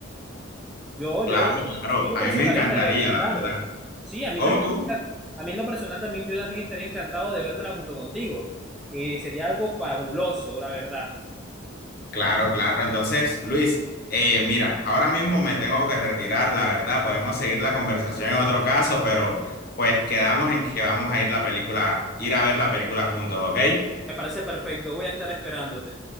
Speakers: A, in the centre; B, on the left.
A: Yo,
B: Claro,
A: yo,
B: claro,
A: yo en lo
B: a
A: personal
B: mí me encantaría,
A: estaría encantado.
B: la verdad.
A: Sí, a mí
B: ¿Cómo,
A: también,
B: cómo?
A: me encan- a mí en lo personal también, yo también estaría encantado de vérmela junto contigo. Eh, sería algo fabuloso, la verdad.
B: Claro, claro. Entonces, Luis, eh, mira, ahora mismo me tengo que retirar, la verdad. Podemos seguir la conversación en otro caso, pero pues quedamos en que vamos a ir la película, ir a ver la película juntos, ¿ok?
A: Me parece perfecto, voy a estar esperándote.